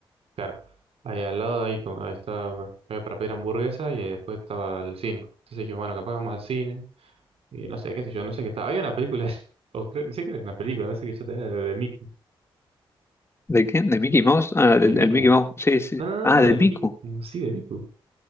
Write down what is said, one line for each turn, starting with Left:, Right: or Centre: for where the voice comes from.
Right: claro, ahí al lado, ahí, como, ahí estaba, había para pedir hamburguesa y ahí después estaba el cine. Entonces dijimos, bueno, capaz que vamos al cine. Y no sé, qué sé yo, no sé qué está. Había una película, de- <laughs> o creo, sí creo que era una película, no sé qué yo tenía, de, de Miku.
Left: ¿De quién? ¿De Mickey Mouse? Ah, del,
Right: De Miku.
Left: del Mickey Mouse, sí, sí.
Right: No, no, no,
Left: Ah, de
Right: no, de
Left: Miku.
Right: Miku. Sí, de Miku.